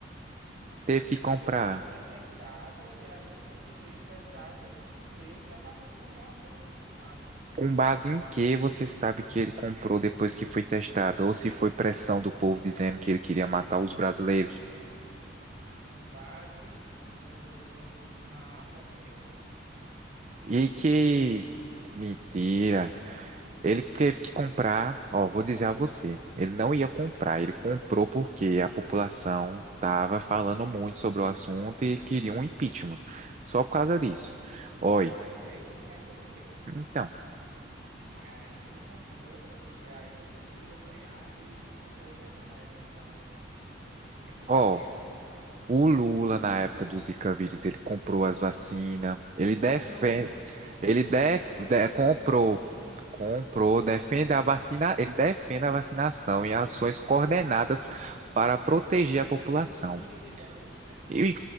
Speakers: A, on the right (about 55°); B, on the right (about 35°).
A: Porque
B: Teve que comprar.
A: depois foi testada e aí, depois de testada, ele descobriu que a vacina realmente funcionava.
B: Com base em que você sabe que ele comprou depois que foi testado? Ou se foi pressão do povo dizendo que ele queria matar os brasileiros?
A: Com, com base no, no, na Fox News.
B: E que. Mentira. Ele teve que comprar, ó, vou dizer a você, ele não ia comprar, ele comprou porque a população estava falando muito sobre o assunto e queria um impeachment, só por causa disso. Oi,
A: Não, eu sei, isso aí eu sei.
B: então,
A: Mas aí ele comprou porque aí ele ia ganhar e ganhou, né? A eleição futura, quer dizer,
B: ó,
A: vai ganhar, né?
B: o Lula na época do Zika vírus, ele comprou as vacinas, ele defende,
A: Comprou muito, comprou,
B: ele def,
A: comprou,
B: de-
A: ele
B: comprou,
A: não comprou não, meu filho.
B: comprou, defende a
A: Ah,
B: vacina, ele defende a vacinação
A: def-
B: e ações
A: é, defende
B: coordenadas
A: mesmo.
B: para
A: É,
B: proteger a população.
A: duvido que ele defenda.
B: E